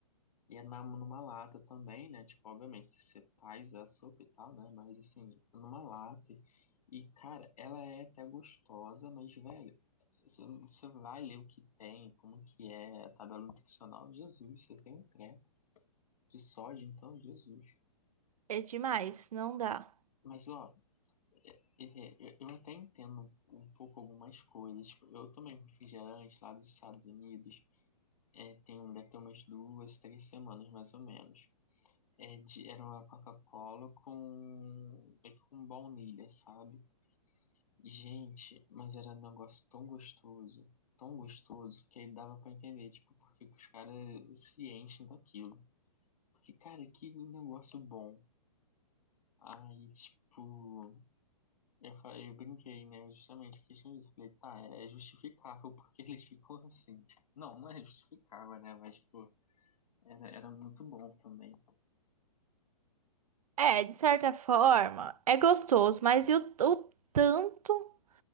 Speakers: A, on the left; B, on the right.
A: E é na, numa lata também, né? Tipo, obviamente, você faz a sopa e tal, né? Mas assim, numa lata. E, cara, ela é até gostosa, mas, velho, você você vai ler o que tem, como que é a tabela nutricional, Jesus, você tem um treco de sódio, então, Jesus.
B: É demais, não dá.
A: Mas, ó, é- é- é- eu até entendo um pouco algumas coisas. Tipo, eu tomei um refrigerante lá dos Estados Unidos, é, tem, deve ter umas duas, três semanas, mais ou menos. É de, era uma Coca-Cola com, meio que com baunilha, sabe? Gente, mas era um negócio tão gostoso, tão gostoso, que aí dava pra entender, tipo, porque os caras se enchem daquilo. Porque, cara, que negócio bom. Aí, tipo, eu, fa- eu brinquei, né? Justamente por questão disso. Falei, tá, é justificável porque <laughs> eles ficam assim. Não, não é justificável, né? Mas, tipo, era, era muito bom também.
B: É, de certa forma, é gostoso, mas e o, o tanto